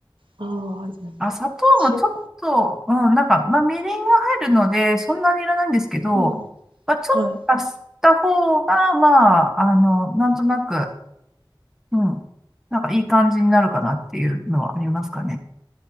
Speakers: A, on the right; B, in the centre.
A: ああ、じゃありが
B: あ、砂糖もちょっと、
A: 塩。
B: うん、なんか、まあ、みりんが入るので、そんなにいらないんですけど、
A: うん。
B: まあ、ちょっと足した方が、
A: はい。
B: まあ、あの、なんとなく、うん、なんかいい感じになるかなっていうのはありますかね。